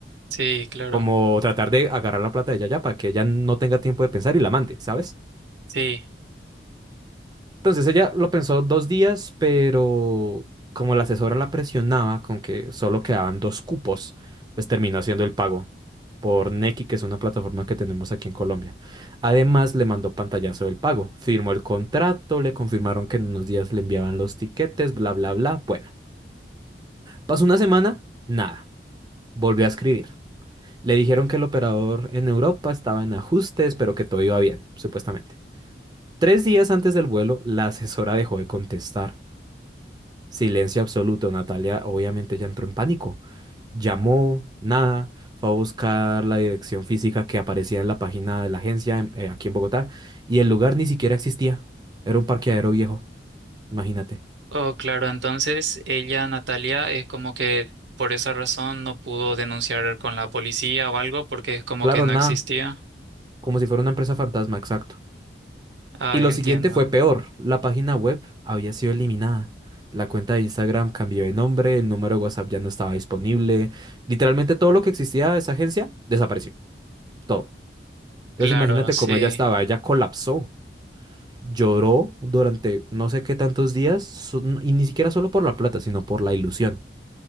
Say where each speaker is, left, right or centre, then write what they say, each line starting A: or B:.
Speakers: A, on the right; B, on the right.
A: Sí, claro.
B: Como tratar de agarrar la plata de ella ya para que ella no tenga tiempo de pensar y la mande, ¿sabes?
A: Sí.
B: Entonces ella lo pensó dos días, pero como la asesora la presionaba con que solo quedaban dos cupos, pues terminó haciendo el pago por Nequi, que es una plataforma que tenemos aquí en Colombia. Además, le mandó pantallazo del pago, firmó el contrato, le confirmaron que en unos días le enviaban los tiquetes, bla, bla, bla. Bueno, pasó una semana, nada, volvió a escribir. Le dijeron que el operador en Europa estaba en ajustes, pero que todo iba bien, supuestamente. Tres días antes del vuelo, la asesora dejó de contestar. Silencio absoluto. Natalia obviamente ya entró en pánico. Llamó, nada, fue a buscar la dirección física que aparecía en la página de la agencia en- eh, aquí en Bogotá y el lugar ni siquiera existía. Era un parqueadero viejo, imagínate.
A: Oh, claro, entonces ella, Natalia, es como que por esa razón no pudo denunciar con la policía o algo porque es como
B: Claro,
A: que no
B: nada,
A: existía.
B: como si fuera una empresa fantasma, exacto.
A: Ay,
B: Y lo
A: entiendo.
B: siguiente fue peor. La página web había sido eliminada. La cuenta de Instagram cambió de nombre, el número de WhatsApp ya no estaba disponible. Literalmente todo lo que existía de esa agencia desapareció. Todo. Entonces
A: Claro,
B: imagínate
A: sí,
B: cómo ella estaba, ella colapsó. lloró durante no sé qué tantos días, so- y ni siquiera solo por la plata, sino por la ilusión.